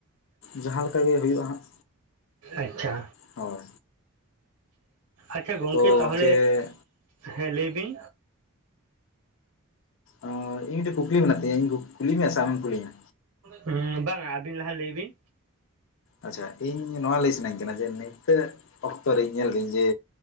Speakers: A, on the left (about 60°); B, on the right (about 85°).
A: ᱡᱟᱦᱟᱸ ᱞᱮᱠᱟ ᱜᱮ ᱦᱩᱭᱩᱜ-ᱟ ᱦᱟᱸᱜ᱾
B: ᱟᱪᱪᱷᱟ᱾
A: ᱦᱳᱭ᱾
B: ᱟᱪᱪᱷᱟ ᱜᱚᱝᱠᱮ
A: ᱛᱚ ᱜᱚᱝᱠᱮ
B: ᱛᱟᱦᱚᱞᱮ, ᱦᱮᱸ ᱞᱟᱹᱭ ᱵᱤᱱ᱾
A: ᱮᱸᱻ ᱤᱧ ᱢᱤᱫᱴᱮᱡ ᱠᱩᱠᱞᱤ ᱢᱮᱱᱟᱜ ᱛᱤᱧᱟᱹ, ᱤᱧ ᱠᱩ ᱠᱩᱞᱤ ᱢᱮᱭᱟ ᱥᱮ ᱟᱢᱮᱢ ᱠᱩᱞᱤᱧᱟ?
B: ᱦᱩᱸᱻ ᱵᱟᱝᱟ ᱟᱹᱵᱤᱱ ᱞᱟᱦᱟ ᱞᱟᱹᱭ ᱵᱤᱱ᱾
A: ᱟᱪᱪᱷᱟ ᱤᱧ ᱱᱚᱣᱟ ᱞᱟᱹᱭ ᱥᱟᱱᱟᱹᱧ ᱠᱟᱱᱟ ᱡᱮ ᱱᱤᱛᱚᱜ ᱚᱠᱛᱚ ᱨᱤᱧ ᱧᱮᱞᱫᱟᱹᱧ ᱡᱮ